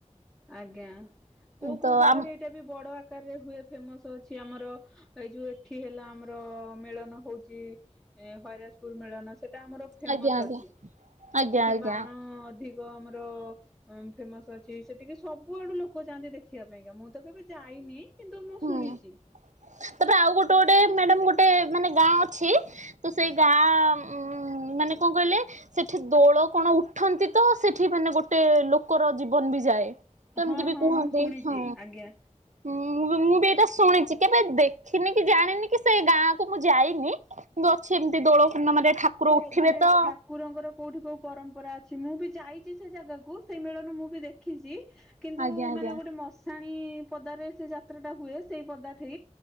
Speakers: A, in the centre; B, on the right.
A: ଆଜ୍ଞା କୋଉ
B: ତ
A: କୋଉ ଜାଗାରେ
B: ଆମ
A: ଏଇଟା ବି ବଡ ଆକାରରେ ହୁଏ ଫେମସ୍ ଅଛି ଆମର ଏଇ ଯୋଉ ଏଠି ହେଲା ଆମର ମେଳନ ହଉଚି ଏଁ ହଇରାଜପୁର ମେଳନ ସେ ଟା ଆମର ଫେମସ୍
B: ଆଜ୍ଞା ଆଜ୍ଞା।
A: ଅଛି
B: ଆଜ୍ଞା
A: ସେଠି
B: ଆଜ୍ଞା
A: ବାଣ ଅଧି କ ଆମର ଅଁ ଫେମସ୍ ଅଛି। ସେଠିକି ସବୁଆଡୁ ଲୋକ ଯାଆନ୍ତି ଦେଖିବା ପାଇଁକା ମୁଁ ତ କେବେ ଯାଇନି। କିନ୍ତୁ ମୁଁ
B: ହୁଁ
A: ଶୁଣିଛି।
B: ତାପରେ ଆଉ ଗୋଟେ ଗୋଟେ ମ୍ୟାଡାମ୍ ଗୋଟେ ମାନେ ଗାଁ ଅଛି ତ ସେଇ ଗାଁ ଉଁ ମାନେ କଁ କହିଲେ ସେଠି ଦୋଳ କଣ ଉଠନ୍ତି ତ ସେଠି ମାନେ ଗୋଟେ ଲୋକର ଜୀବନ ବି ଯାଏ। ଏମତି
A: ହଁ
B: ବି
A: ହଁ
B: କୁହନ୍ତି
A: ମୁଁ ଶୁଣିଛି
B: ହଁ
A: ଆଜ୍ଞା
B: ଉଁ ମୁଁ ବି ମୁଁ ବି ଏଇଟା ଶୁଣିଚି। କେବେ ଦେଖିନି କି ଜାଣିନି କି ସେ ଗାଁକୁ ମୁଁ ଯାଇନି କିନ୍ତୁ ଅଛି ଏମତି ଦୋଳ ପୂର୍ଣ୍ଣମାରେ ଠାକୁର
A: କୋ
B: ଉଠିବେ
A: ମାନେ
B: ତ
A: ଠାକ୍ କୁରଙ୍କର କୋଉଠି କୋଉ ପରମ୍ପରା ଅଛି ମୁଁ ବି ଯାଇଛି ସେ ଜାଗାକୁ ସେଇ ମିଳନ ମୁଁ ବି ଦେଖିଛି। କିନ୍ତୁ
B: ଆଜ୍ଞା ଆଜ୍ଞା
A: ମାନେ ଗୋଟେ ମଶାଣି ପଦାରେ ସେ ଯାତ୍ରା ଟା ହୁଏ ସେଇ ପଦାଠି